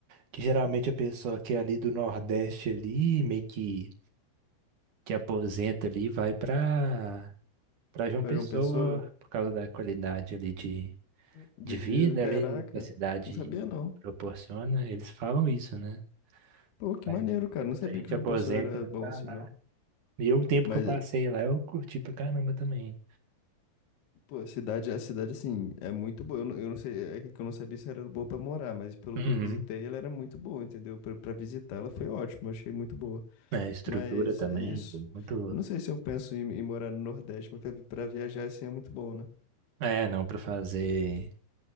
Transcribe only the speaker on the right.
que geralmente a pessoa que é ali do Nordeste ali, meio que que aposenta ali vai para para João
Pessoa
por causa da qualidade ali de,
de
vida
ali que a cidade
proporciona. Eles falam isso, né?
Vai,
muita
gente
aposenta
e vai
pra
lá.
E eu, o tempo
que eu passei lá, eu curti pra caramba também.
Uhum.
É, a estrutura
também,
muito.
É, não, pra fazer